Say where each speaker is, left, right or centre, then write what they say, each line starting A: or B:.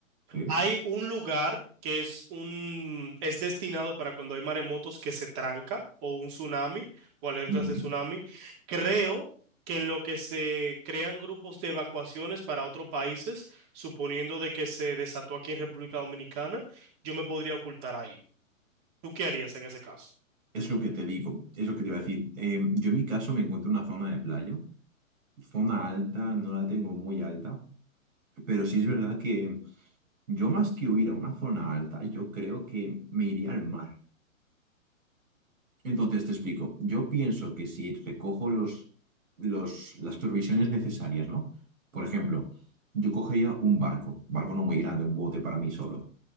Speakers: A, on the right; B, on the right.
A: ¿Sí?
B: Hay un lugar que es un es destinado para cuando hay maremotos que se tranca o un tsunami o alertas
A: Ujú.
B: de tsunami. Creo que en lo que se crean grupos de evacuaciones para otros países, suponiendo de que se desató aquí en República Dominicana, yo me podría ocultar ahí. ¿Tú qué harías en ese caso?
A: Es lo que te digo, es lo que te iba a decir. Eh, yo en mi caso me encuentro en una zona de playa, zona alta, no la tengo muy alta, pero sí es verdad que yo más que huir a una zona alta, yo creo que me iría al mar. Entonces te explico, yo pienso que si recojo los, los, las provisiones necesarias, ¿no? Por ejemplo, yo cogería un barco, barco no muy grande, un bote para mí solo,